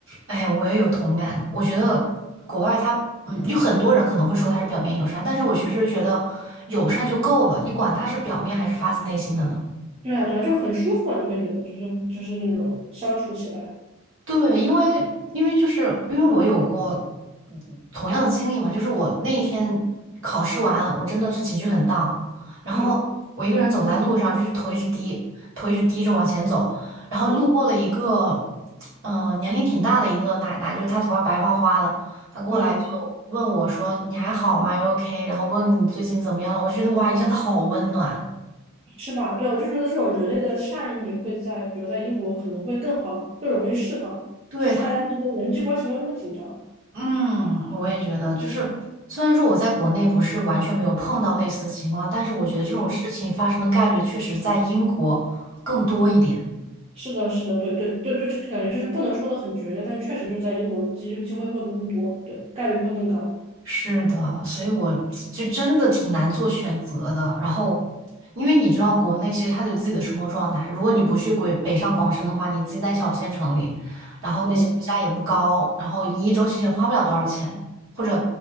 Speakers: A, on the right; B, on the right.
A: 哎，我也有同感，我觉得国外他，嗯，有很多人可能会说他是表面友善，但是我其实觉得友善就够了，你管他是表面还是发自内心的呢？
B: 对啊，对啊，就很舒服啊，你会觉得就是就是那种相处起来，
A: 对，因为因为就是因为我有过嗯同样的经历嘛，就是我那一天考试完，我真的是情绪很 d 然后我一个人走在路上，
B: 嗯
A: 就是头一直低，头一直低着往前走，然后路过了一个，
B: 嗯
A: 嗯年龄挺大的一个奶奶，就是她头发白花花的，她过来就问我说：
B: 嗯。
A: “你还好吗 o OK？” 然后问你最近怎么样了，我就觉得哇，一下子好温暖。
B: 是吧？对，我就觉得这种人类的善意会在，比如在英国可能会更好，更容易释放，
A: 对，
B: 就是大家之间人际关系没有那么紧张。
A: 她。嗯，我也觉得，就是虽然说我在国内不是完全没有碰到类似的情况，但是我觉得这种事情发生的概率确实在英国更多一点。
B: 对，是的，是的，对对对，就是感觉就是不能说的很绝对，但确实就是在英国机机会会更多，对，概率会更高。
A: 是的，所以我就真的挺难做选择的。然后，因为你知道，国内其实它有自己的生活状态，如果你不去鬼北上广深的话，你自己在小县城里，然后那些物价也不高，
B: 嗯，
A: 然后你一周其实也花不了多少钱，或者